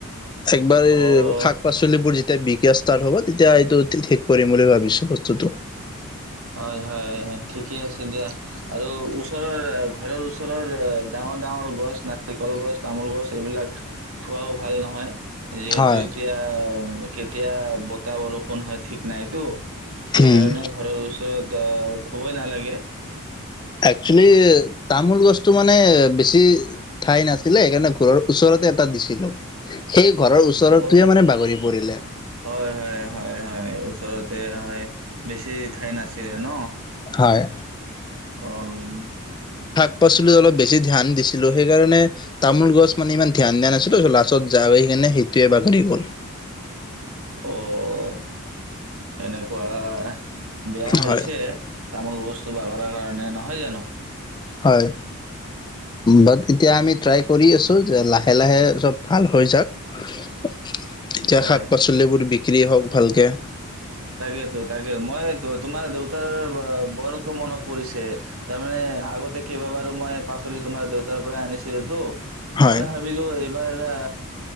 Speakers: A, on the left; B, on the right.
A: একবাৰে
B: অ'।
A: শাক পাচলিবোৰ যেতিয়া বিষ ষ্টাৰ্ হ'ব। তেতিয়া এইটো ঠি-ঠিক কৰিম বুলি ভাবিছো। বস্তুটো
B: হয়। হয়। ঠিকে আছে দিয়া। আৰু ওচৰৰ ঘৰৰ ওচৰৰ ডাঙৰ ডাঙৰ গছ, নাৰিকল গছ, তামোল গছ, এইবিলাক থোৱাও ভাল নহয়। যিহেতু
A: হয়
B: এতিয়া কেতিয়া বতাহ, বৰষুণ হয় ঠিক নাইতো। সেইকাৰণে
A: উম
B: ঘৰৰ ওচৰত আহ', থ'বই নালাগে।
A: একচুৱেলি তামোল গছটো মানে বেছি ঠাই নাছিলে। সেইকাৰণে ঘৰৰ ওচৰতে এটা দিছিলো। সেই ঘৰৰ ওচৰৰটোৱে
B: অ
A: মানে বাগৰি পৰিলে
B: হয়। হয়। হয়। হয়। ওচৰতে হয়। বেছি ঠাই নাছিলে ন?
A: হয়।
B: অ', উমম'।
A: শাক-পাচলিত অলপ বেছি ধ্যান দিছিলো। সেইকাৰণে তামোল গছ মানে ইমান ধ্যান দিয়া নাছিলো। লাষ্টত ঝৰ আহি কিনে সেইটোৱে বাাহৰি গ'ল।
B: অ', এনে বা' বেয়া হৈছে।
A: হয়
B: তামোল গছ চো বাগৰাৰ কাৰণে নহয় জানো?
A: হয়। বাট এতিয়া আমি ট্ৰাই কৰি আছো, যে লাহে লাহে সব ভাল হৈ যাক। এতিয়া
B: হয়
A: শাক পাচলিবোৰ বিক বিক্ৰী হওঁক ভালকে।
B: তাকেতো তাকে মই ত', তোমাৰ দেউতাৰ বা'-বা বৰকে মনত পৰিছে। তাৰ মানে আগতে কেইবাবাৰো মই পাচলি তোমাৰ দেউতাৰ পৰাই আনিছিলো তো।
A: হয়
B: মই ভাবিলো এইবাৰ আ',